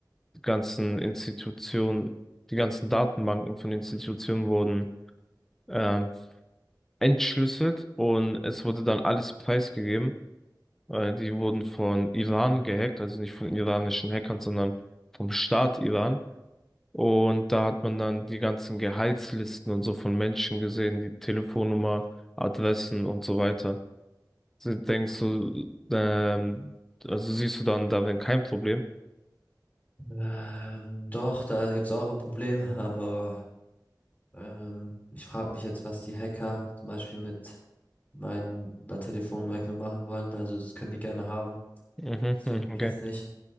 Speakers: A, in the centre; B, on the left.
A: ganzen Institutionen, die ganzen Datenbanken von Institutionen wurden ähm, entschlüsselt und es wurde dann alles preisgegeben. Äh, die wurden von Iran gehackt, also nicht von iranischen Hackern, sondern vom Staat Iran. Und da hat man dann die ganzen Gehaltslisten und so von Menschen gesehen, die Telefonnummer, Adressen und so weiter. Also Denkst du, ähm, also siehst du dann darin kein Problem?
B: Ähm, doch, da gibt's auch ein Problem, aber ähm, ich frage mich jetzt, was die Hacker zum Beispiel mit meiner Telefonrechnung machen wollen. Also das können die gerne haben.
A: Mhm,
B: Das
A: mhm,
B: juckt mich
A: okay.
B: jetzt nicht.